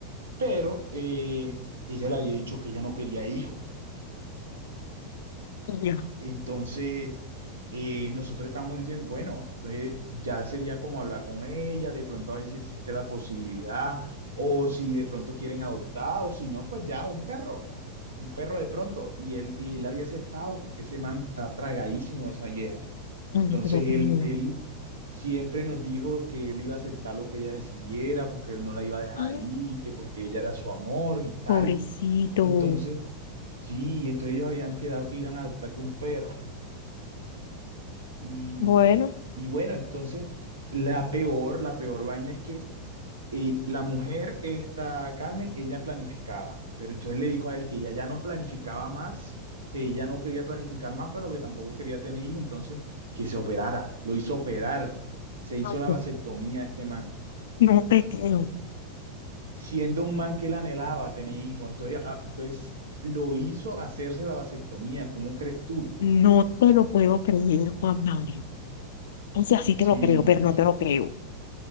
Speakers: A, on the right (about 70°); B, on the left (about 60°).
A: pero eh, ella le había dicho que ella no quería hijos
B: Y ya,
A: Entonces, eh, nosotros estamos diciendo, bueno, entonces ya sería como hablar con ella, de pronto a ver si existe la posibilidad, o si de pronto quieren adoptar, o si no, pues ya un perro. un perro de pronto, y él, y él había aceptado porque ese man está tragadísimo de esa vieja. Entonces
B: ay, no te lo creo.
A: él, él siempre nos dijo que él iba a aceptar lo que ella decidiera, porque él no la iba a dejar
B: Ah.
A: ahí, que porque ella era su amor y tal.
B: Pobrecito,
A: Entonces, sí, entonces ellos habían quedado que iban a adoptar que un perro. Y,
B: Bueno,
A: y bueno, entonces la peor, la peor vaina es que y la mujer, esta Carmen, ella planificaba, pero entonces le dijo a él que ella ya no planificaba más, que ella no quería planificar más, pero que tampoco quería tener hijos, entonces que se operara. Lo hizo operar, se hizo
B: no,
A: la vasectomía a este man,
B: no te creo,
A: siendo un man que él anhelaba tener hijos, entonces, ah, entonces lo hizo hacerse la vasectomía. ¿Cómo crees tú?
B: no te lo puedo creer, Juan Mario. O sea, sí te
A: Sí,
B: lo creo, pero
A: y
B: no te lo creo.